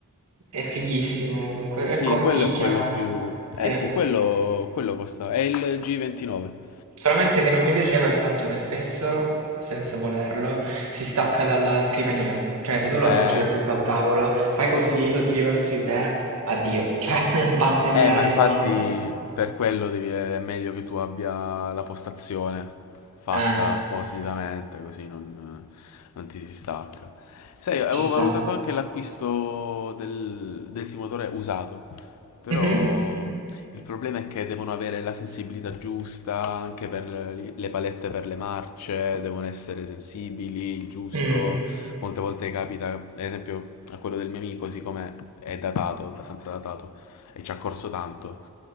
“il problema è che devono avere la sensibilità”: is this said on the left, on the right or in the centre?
Left